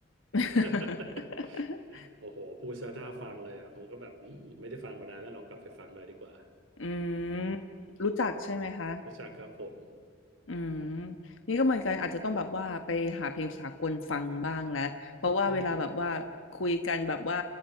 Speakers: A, on the left; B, on the right.
A: <laughs>
B: <laughs> โอ้โหพูดซะน่าฟังเลยอ่ะผมก็แบบอืมไม่ได้ฟังมานานแล้วลองกลับไปฟังหน่อยดีกว่า
A: อืมรู้จักใช่ไหมคะ
B: รู้จักครับผม
A: อืมนี่ก็เหมือนกันอาจจะต้องแบบว่าไปหาเพลงสากลฟังบ้างแล้ว เพราะว่าเวลาแบบว่าคุยกันแบบว่า
B: อืม